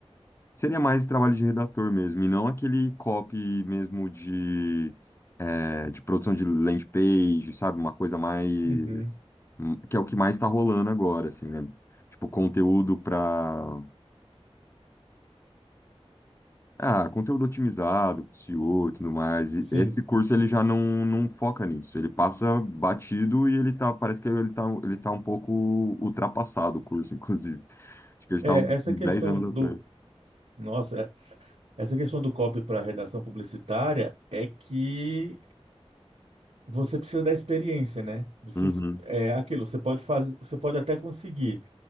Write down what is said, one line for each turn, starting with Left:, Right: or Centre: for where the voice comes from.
Left: Seria mais trabalho de redator mesmo, e não aquele copy mesmo de, é, de produção de landing page, sabe? Uma coisa mais.
Right: uhum,
Left: hum, que é o que mais está rolando agora, assim, né? Tipo, conteúdo para. ah, conteúdo otimizado, SEO e O e tudo mais. E
Right: sim.
Left: Esse curso ele já não, não foca nisso. Ele passa batido e ele tá. Parece que ele tá, ele tá um pouco ultrapassado, o curso, <laughs> inclusive. Acho que ele está
Right: É,
Left: uns
Right: essa
Left: 10
Right: questão
Left: anos atrás.
Right: do. Nossa, é- essa questão do copy para redação publicitária é que você precisa da experiência, né? Difícil,
Left: Uhum,
Right: é aquilo, você pode fazer, você pode até conseguir,